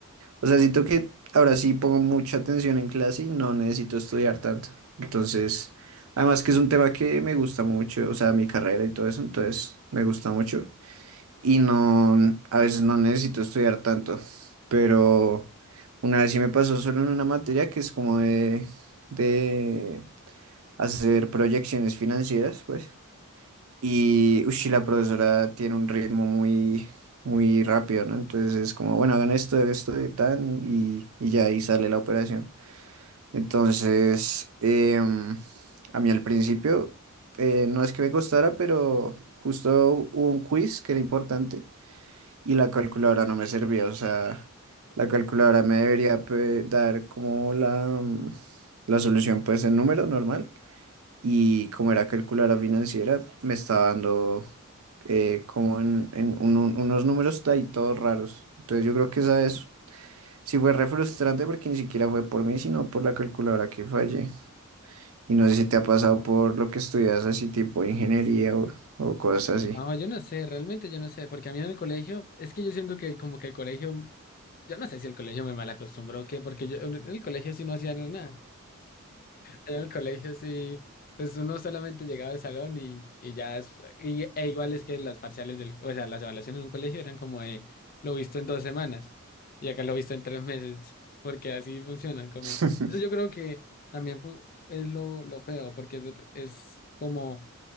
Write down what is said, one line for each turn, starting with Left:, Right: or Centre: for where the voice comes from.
Right: o sea, siento que ahora sí pongo mucha atención en clase y no necesito estudiar tanto. Entonces, además que es un tema que me gusta mucho, o sea, mi carrera y todo eso, entonces me gusta mucho y no, a veces no necesito estudiar tanto, pero una vez sí me pasó solo en una materia que es como de, de hacer proyecciones financieras, pues, y ush, la profesora tiene un ritmo muy, muy rápido, ¿no? Entonces es como, bueno, hagan esto, esto y tan, y, y ya ahí sale la operación. Entonces, em, a mí al principio, eh, no es que me costara, pero justo hubo un quiz que era importante y la calculadora no me servía, o sea, la calculadora me debería pe- dar como la, mm, la solución pues en número normal y como era calculadora financiera me estaba dando eh, como en, en un- un- unos números ahí todos raros. Entonces yo creo que esa es, sí fue re frustrante porque ni siquiera fue por mí, sino por la calculadora que fallé. Y no sé si te ha pasado por lo que estudias así tipo ingeniería o, o cosas así.
Left: No, yo no sé, realmente yo no sé, porque a mí en el colegio, es que yo siento que como que el colegio, yo no sé si el colegio me mal acostumbró o qué, porque yo en el colegio sí no hacía nada. En el colegio sí, pues uno solamente llegaba al salón y, y ya, es- y- e igual es que las parciales del, o sea, las evaluaciones en un colegio eran como de lo visto en dos semanas y acá lo visto en tres meses, porque así funciona, como,
Right: <laughs>
Left: eso yo creo que también fu- es lo, lo feo, porque es, es como